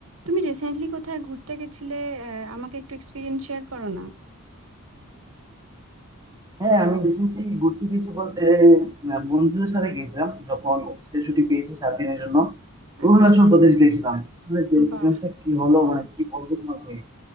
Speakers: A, on the right; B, on the right.
A: তুমি রিসেন্টলি কোথায় ঘুরতে গেছিলে আহ, আমাকে একটু এক্সপিরিয়েন্স শেয়ার করো না
B: হ্যাঁ আমি রিসেন্টলি ঘুরতে গেছি বলতে আহ, বন্ধুদের সাথে গেছিলাম যখন অফিসে ছুটি পেয়েছি সাত দিনের জন্য অরুণাচল
A: আচ্ছা
B: প্রদেশ গেছিলাম আসলে যে experience
A: বাহ
B: টা কি হলো মানে কি বলবো তোমাকে